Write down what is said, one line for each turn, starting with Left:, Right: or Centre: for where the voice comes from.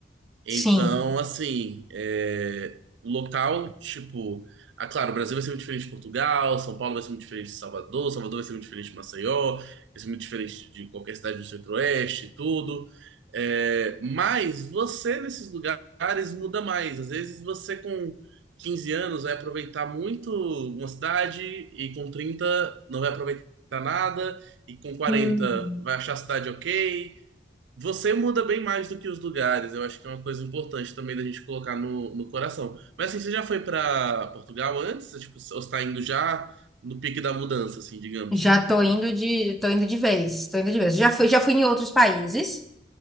Right: Então,
Centre: Sim.
Right: assim, é, o local, tipo, ah, claro, o Brasil vai ser muito diferente de Portugal, São Paulo vai ser muito diferente de Salvador, Salvador vai ser muito diferente de Maceió, vai ser muito diferente de qualquer cidade do Centro-Oeste, e tudo. É, mas você nesses lugares muda mais. Às vezes você com 15 anos vai aproveitar muito uma cidade e com 30 não vai aproveitar nada, e com quarenta
Centre: Hum.
Right: vai achar a cidade ok. Você muda bem mais do que os lugares. Eu acho que é uma coisa importante também da gente colocar no, no coração. Mas assim, você já foi pra Portugal antes? Tipo, ou está indo já no pique da mudança, assim, digamos?
Centre: Já tô indo de, tô indo de vez, tô indo de vez. Já fui, já fui em outros países.